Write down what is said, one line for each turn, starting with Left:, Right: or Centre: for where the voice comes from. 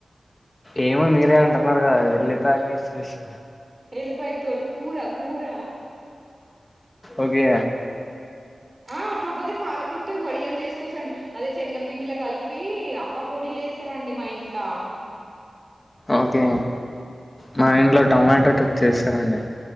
Left: ఏమో మీరే అంటున్నారు కదా ఎళ్ళిపాయలు ఏసి చేసి
Right: ఎల్లిపాయ తోటి కూర కూర
Left: ఓకే
Right: ఆ కాపోతే పాలకూరతో వడియలు చేసుకోచ్చండి అదే శనగపిండిలా కలిపి అప్పకోడీలేస్తారండి మా ఇంట్లా
Left: ఓకే మా ఇంట్లో టమాటో తోటి చేస్తారండి